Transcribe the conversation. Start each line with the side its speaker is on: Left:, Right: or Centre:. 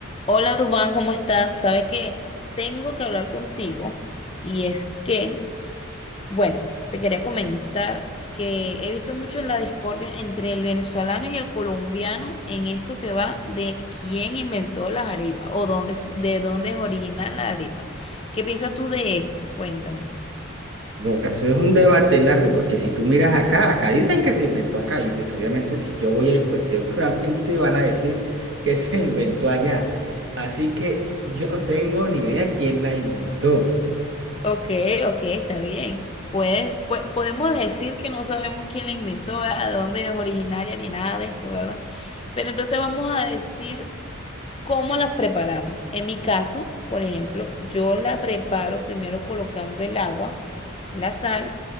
Left: Hola Dubán, ¿cómo estás? Sabe que tengo que hablar contigo y es que, bueno, te quería comentar que he visto mucho la discordia entre el venezolano y el colombiano en esto que va de quién inventó las arepas o dónde, es- de dónde es original la arepa. ¿Qué piensas tú de esto? Cuéntame.
Right: Bueno, eso es un debate largo, porque si tú miras acá, acá dicen que se inventó acá, y pues obviamente si yo voy, ahí, pues <laughs> seguramente van a decir que se inventó allá. Así que yo no tengo ni idea quién la inventó.
Left: Ok, ok, está bien. Puedes, pue- podemos decir que no sabemos quién la inventó, ¿verdad? De dónde es originaria ni nada de esto, ¿verdad? Pero entonces vamos a decir ¿Cómo las preparamos? En mi caso, por ejemplo, yo la preparo primero colocando el agua, la sal